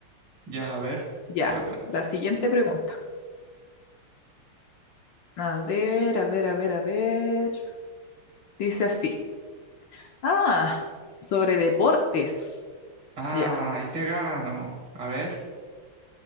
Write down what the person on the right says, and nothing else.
Ya, a ver,
otra.
Ah,
ahí te gano. A ver,